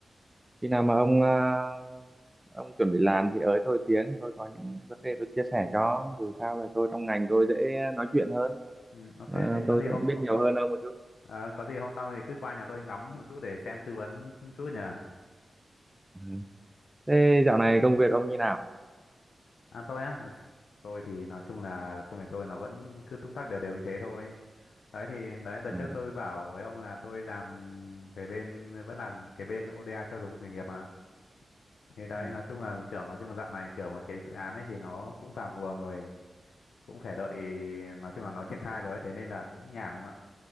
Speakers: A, on the right; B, on the left.
A: khi nào mà ông ờ, ông chuẩn bị làm thì ới tôi tiếng tôi có những vấn đề tôi chia sẻ cho dù sao là tôi trong ngành tôi dễ nói chuyện hơn
B: ừ, ok
A: Ờ,
B: thế có
A: tôi
B: gì
A: sẽ
B: hôm
A: biết nhiều
B: có
A: hơn ông một chút
B: ờ, có gì hôm sau thì cứ qua nhà tôi ngắm một chút để xem tư vấn chút nhỉ
A: ừ. thế dạo này công việc ông như nào
B: à tôi á tôi thì nói chung là công việc tôi nó vẫn cứ túc tắc đều đều như thế thôi đấy thì đấy đợt
A: ừ.
B: trước tôi bảo với ông là tôi làm về bên vẫn làm cái bên ODA cho giáo dục nghề nghiệp mà thì đấy
A: Ừ.
B: nói chung là kiểu nói chung là dạo này kiểu mà cái dự án ấy thì nó cũng vào guồng rồi cũng phải đợi nói chung là nó triển khai rồi ấy, thế nên là cũng nhàn đúng không ạ